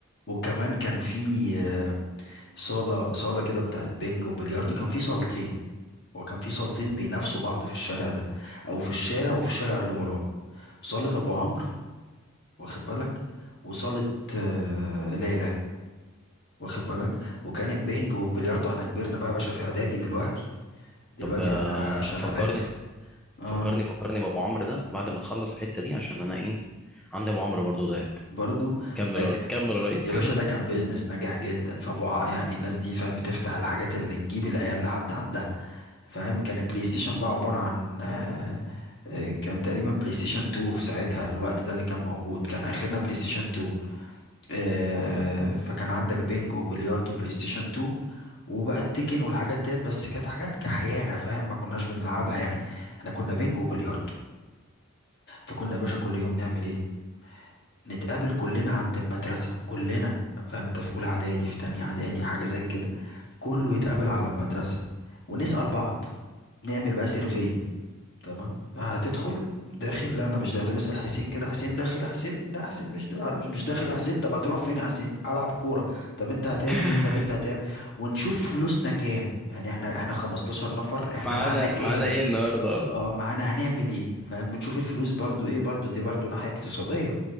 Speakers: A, on the left (about 50°); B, in the centre.
A: وكمان كان في آه، صالة صالة كده بتاعت بينج وبلياردو كان في صالتين هو كان في صالتين بينافسوا بعض في الشارع ده أو في الشارع وفي الشارع اللي وراه صالة أبو عمرو واخد بالك وصالة آه، ليلى واخد بالك وكان البينج والبلياردو احنا كبرنا بقى يا باشا في إعدادي دلوقتي دلوقتي
B: طب آه،
A: احنا شنبات
B: فكرني
A: اه
B: فكرني فكرني بابو عمرو ده بعد ما تخلص الحتة دي عشان انا ايه عندي ابو عمرو برضو زيك
A: برضو
B: كمل
A: ده ك...
B: يا ري- كمل يا ريس
A: يا باشا ده كان بيزنس ناجح جدا فابو ع- يعني الناس دي فاهم بتفتح الحاجات اللي تجيب العيال لحد عندها فاهم كان البلاي ستيشن بقى عبارة عن آه، آه، كان تقريبا بلاي ستيشن 2 في ساعتها الوقت ده اللي كان موجود كان اخرنا بلاي ستيشن 2 آه، فكان عندك بينجو بلياردو بلاي ستيشن 2 وبقى التيكن والحاجات ديت بس كانت حاجات كحيانة فاهم ما كناش بنلعبها يعني احنا كنا بينجو وبلياردو فكنا يا باشا كل يوم نعمل ايه نتقابل كلنا عند المدرسة كلنا فهمت في اولى اعدادي في تانية اعدادي حاجة زي كده كله يتقابل على المدرسة ونسأل بعض نعمل بقى سيرفي تمام هتدخل داخل لا انا مش داخل طب اسال حسين كده حسين داخل يا حسين لا حسين مش دا... مش داخل يا حسين طب هتروح فين يا حسين العب كوره طب انت هتعمل
B: <laughs>
A: ايه طب انت هتعمل ونشوف فلوسنا كام يعني احنا احنا 15 نفر احنا
B: معانا
A: معانا كام
B: معانا ايه النهارده
A: اه معانا هنعمل ايه فاهم بنشوف الفلوس برضو ايه برضو دي برضو ناحيه اقتصاديه